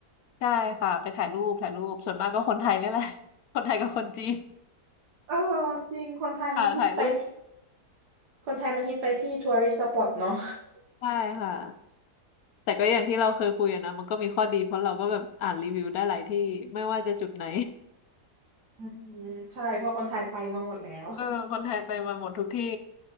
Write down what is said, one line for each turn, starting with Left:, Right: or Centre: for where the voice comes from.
Left: ใช่ค่ะไปถ่ายรูปถ่ายรูปส่วนมากก็คนไทยนี่แหละ <laughs> คนไทยกับคนจีน
Right: เออจริงคนไทยมันฮิตไปที่
Left: ค่ะถ่ายรูป
Right: คนไทยมันฮิตไปที่ทัวริสต์สปอตเนาะ
Left: ใช่ค่ะแต่ก็อย่างที่เราเคยคุยอะนะมันก็มีข้อดีเพราะเราก็แบบอ่านรีวิวได้หลายที่ไม่ว่าจะจุดไหน
Right: <laughs> อืมใช่เพราะคนไทยไปมาหมดแล้ว
Left: เออคนไทยไปมาหมดทุกที่